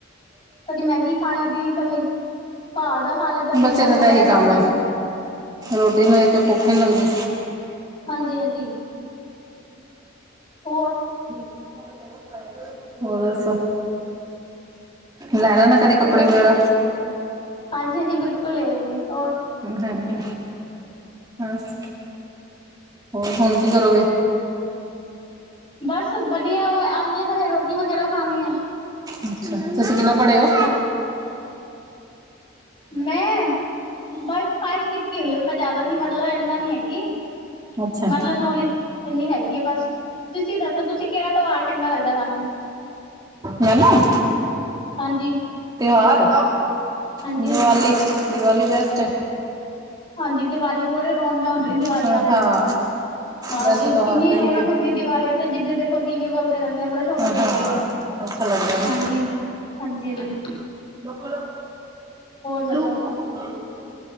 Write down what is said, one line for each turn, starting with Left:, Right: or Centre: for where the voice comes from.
Left: ਕਦੇ ਮੈਗੀ ਖਾ ਲਈ ਦੀ ਕਦੀ। ਪਾਦਾ ਖਾ ਲਿੱਤਾ, ਮੋਮੋਜ਼
Right: ਬੱਚੇ ਦਾ ਤਾਂ
Left: ਵਗੈਰਾ
Right: ਇਹੀ ਕੰਮ
Left: ਖਾ ਲਿਤੇ
Right: ਹੈ ਰੋਟੀ ਦੇਖ ਕੇ ਭੁੱਖੇ ਨੀ ਲੱਗਦੀ।
Left: ਹਾਂਜੀ ਹਾਂਜੀ। ਹੋਰ।
Right: <unintelligible> ਹੋਰ ਦੱਸੋ, ਲੈ ਲੈਣਾ ਕਦੀ ਕੱਪੜੇ
Left: ਹੋਰ ਕੀ,
Right: ਵਗੈਰਾ
Left: ਹਾਂਜੀ, ਹਾਂਜੀ ਬਿਲਕੁਲ ਲੈ ਰਈ ਏ, ਹੋਰ।
Right: ਹ ਹਾਂਜੀ ਹਸ। ਹੋਰ ਹੁਣ ਕੀ ਕਰੋਗੇ?
Left: ਬਸ ਵਧੀਆ ਵ ਆਣੀ ਆ ਫੇਰ ਰੋਟੀ ਵਗੈਰਾ ਖਾਣੀ ਆ।
Right: ਅੱਛਾ, ਤੁਸੀਂ ਕਿੰਨਾ ਪੜ੍ਹੇ ਓ?
Left: <inaudible> ਮੈਂ, ਬਸ ਫਾਈਵ ਕੀ ਤੀ ਹੋਈ ਏ ਮੈਂ ਜ਼ਿਆਦਾ ਨੀ ਮਤਲਬ ਇੰਨਾ ਨੀ ਹੈਗੀ,
Right: ਅੱਛਾ
Left: ਮਤਲਬ ਨੌਲੇਜ ਇੰਨੀ ਹੈਗੀ ਏ ਬਸ। ਤੁਸੀਂ ਦੱਸੋ ਤੁਸੀਂ ਕਿਹੜਾ ਤਿਉਹਾਰ ਚੰਗਾ ਲੱਗਦਾ ਤੁਹਾਨੂੰ?
Right: ਮੈਨੂੰ
Left: ਹਾਂਜੀ
Right: ਤਿਉਹਾਰ,
Left: ਹਾਂਜੀ
Right: ਦੀਵਾਲੀ,
Left: ਹਾਂਜੀ
Right: ਦੀਵਾਲੀ ਬੈਸਟ ਐ।
Left: ਹਾਂਜੀ ਦੀਵਾਲੀ ਬੜੇ ਰੌਣਕਾਂ ਹੁੰਦੀਆਂ ਦੀਵਾਲੀਆਂ
Right: ਹਾਂ
Left: 'ਤੇ
Right: ਹਾਂ
Left: ਹਾਂ
Right: ਵੈਸੇ
Left: ਜੇ
Right: ਤਾਂ
Left: ਕਿੰਨੀ
Right: ਹੋਤ ਹੀ
Left: ਰੌਣਕ
Right: ਹੈ
Left: ਹੁੰ ਦੀ ਦੀਵਾਲੀਆਂ 'ਤੇ ਜਿੱਦ ਦੇਖੋ ਦੀਵੇ ਬਲਦੇ ਰਹਿੰਦੇ ਆ ਬੜੇ ਰੋਣਕ ਲੱਗਦੀ
Right: ਹਾਂ
Left: ਐ,
Right: ਅੱਛਾ ਲੱਗਦਾ ਨਾ
Left: ਹਾਂਜੀ। ਹਾਂਜੀ-ਹਾਂਜੀ।
Right: ਲੋਕਲ,
Left: ਦੱਸੋ
Right: ਲੋਕਲ।